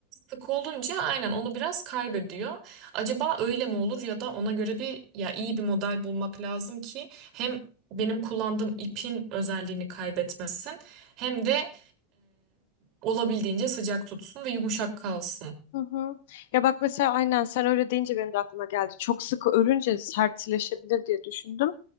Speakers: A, on the right (about 50°); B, on the left (about 70°).
A: sık olunca aynen onu biraz kaybediyor. Acaba öyle mi olur ya da ona göre bir ya iyi bir model bulmak lazım ki hem benim kullandığım ipin özelliğini kaybetmesin hem de olabildiğince sıcak tutsun ve yumuşak kalsın.
B: Hı hı. Ya bak mesela aynen sen öyle deyince benim de aklıma geldi. Çok sıkı örünce sertleşebilir diye düşündüm.